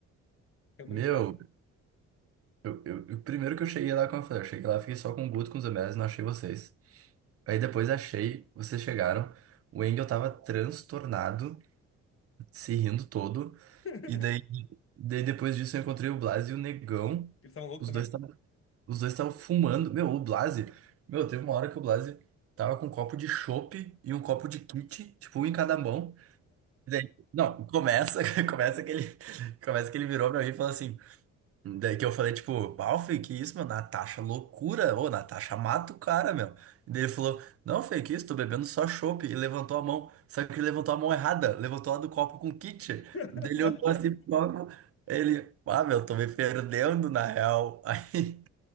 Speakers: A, on the left; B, on the right.
A: Realmente
B: Meu,
A: não.
B: eu, eu, eu- primeiro que eu cheguei lá, como eu falei, eu cheguei lá, fiquei só com o Guto, com os MLs, não achei vocês. Aí depois achei, vocês chegaram. O Engel tava transtornado, se rindo todo.
A: <laughs>
B: E daí, daí depois disso eu encontrei o Blas e o Negão.
A: Eles estavam loucos
B: Os
A: também?
B: dois estavam, os dois estavam fumando. Meu, o Blas, meu, teve uma hora que o Blas tava com um copo de chopp e um copo de kit, tipo um em cada mão. E daí, não, começa, <laughs> começa que ele, começa que ele virou pra mim e falou assim: Daí que eu falei, tipo, pau, Fê, que isso, meu? Natasha, é loucura. Ô, Natasha, mata o cara, meu. E daí ele falou, não, Fê, que isso, tô bebendo só chopp. E levantou a mão. Só que ele levantou a mão errada, levantou a do copo com kit.
A: <laughs>
B: Daí ele
A: Não,
B: olhou
A: que
B: assim
A: isso?
B: pro copo. Ele, ah, meu, tô me perdendo, na real. <laughs> Aí,